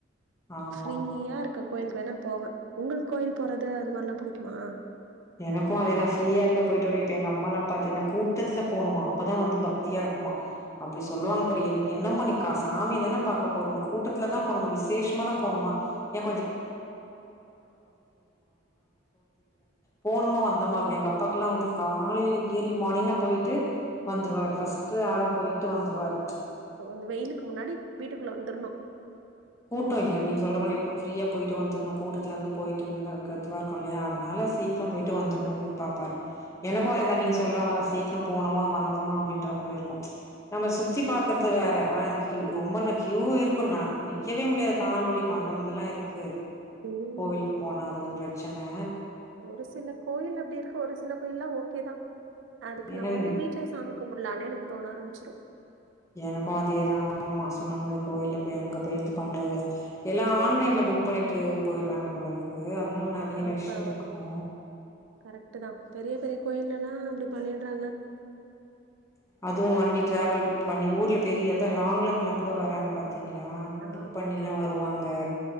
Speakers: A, on the left (about 15°); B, on the right (about 85°).
A: ஆமா
B: ஃப்ரிய்யா இருக்க கோயில்க்கு வேணா போவ உங்களுக் கோயில் போறது அது மாரில்லா புடிக்குமா
A: எனக்கு அதேதா. ஃப்ரீயா இருந்த போய்ட்டு வருவ இப்ப எங்க அம்மா லாம் பாத்தீன்னா கூட்டத்ல போனுமா அப்பதா வந்து பக்தியா இருக்குமா. அப்டி சொல்லுவாங்க பாரு என்க்கு என்னம்மா நீ க சாமியதான பாக்க போற உனுக்கு கூட்டத்துலதா போணுமா, விசேஷ்மாதா போணுமா ஏ போனமா வந்த மாருக்கணு. எங்க அப்பாக்ல்லா வந்து காலைல இயர்லி மார்னிங்லா போய்ட்டு வந்துருவாரு. ஃபர்ஸ்டு ஆளா போய்ட்டு வந்துருவாரு. ம்ச்
B: வந்து வெய்லுக்கு முன்னாடி வீட்டுக்குள்ள வந்துர்ணு.
A: கூட்டோ இல்ல. நீங்க சொல்ற மாரி இப்ப ஃப்ரீயா போய்ட்டு வந்துர்ணு. கூட்டத்திலந்து போய்ட்டு இந்தா க இதுவா இருக்கு இல்லயா, அதனால சீக்ரோ போய்ட்டு வந்துர்ணும்ன் பாப்பாரு. எனக்கூ அதேதா நீங் சொல்ற மாதான் சீக்ரோ போனமா வந்தமா அப் டீன்ற மாரே
B: ஆ,
A: இருக்கு. நம்ம சுத் சுத்தி பாக்கறது வேற ஆ க்யூ ரொம்ப ந க்யூ இருக்கு. நா வக்கவே முடியாது கால் வலிக்கு. அந்தமாதில்லா இருக்கு
B: உம்
A: கோவிலுக்கு போனா அது ஒரு பிரச்சன
B: ஒரு சில கோயில் அப்டி இருக்கு. ஒரு சில ப்ப எல்லா ஓக்கேதா அதுக்கு
A: என்னன்
B: நம்ம வந்து வீட்லே சாமி கும்பட்லானே எனக்கு தோண ஆரம் ச்சுரு
A: எனக்கூ அதேதா அம்மா சொன்ன மாரி கோயில்ல போய் அங்க போய் இது பண்றது எல்லா ஆன்லைன்ல புக் பண்ணிட்டு போயிட்றாங்க போலருக் கு அதனால நெறைய
B: ஆ
A: ரஷ்
B: இப்ப
A: இருக்கூ.
B: ஒரு கரெக்ட் தான் பெரிய பெரிய கோயில்லெல்லா அப்டி பண்ணிட்றாங்க.
A: அதுவு வண்டி டிராவல் பண்ணி ஊர்ல பெரிய எது லாங்லந்துல்லா கூட வராங்க பாத்து த்திங்களா
B: ஆ
A: புக் பண்ணிலா வருவாங்க.